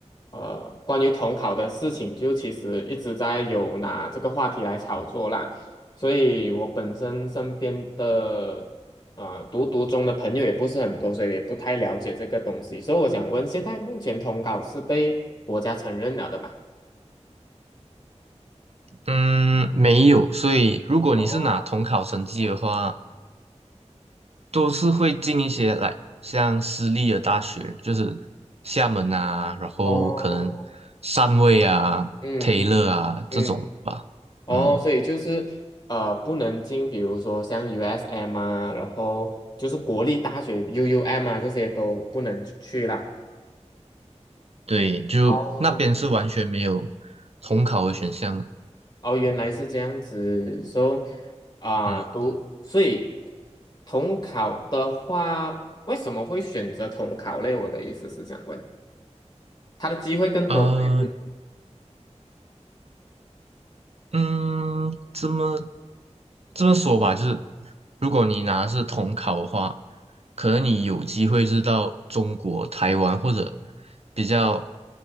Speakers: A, on the left; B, on the right.
A: 呃，关于统考的事情，就其实一直在有拿这个话题来炒作啦。所以我本身身边的呃读读中的朋友也不是很多，所以也不太了解这个东西。所以我想问，现在目前统考是被国家承认了的嘛？
B: 嗯，没有。所以如果你是拿统考成绩的话，
A: 哦
B: 都是会进一些来像私立的大学，就是厦门啊，然后可能
A: 哦，
B: 汕尾啊、
A: 嗯嗯
B: Taylor 啊这种吧。
A: 嗯，哦，
B: 嗯。
A: 所以就是呃，不能进，比如说像 USM 啊，然后就是国立大学 UUM 啊，这些都不能去啦。
B: 对，就那边是完全没有
A: 哦，
B: 统考的选项。
A: 哦，原来是这样子，所以啊，
B: 嗯，
A: 读，所以统考的话，为什么会选择统考类？我的意思是想问，他的机会更多吗？
B: 呃，
A: 还是
B: 嗯，这么这么说吧，就是如果你拿的是统考的话，可能你有机会是到中国、台湾或者比较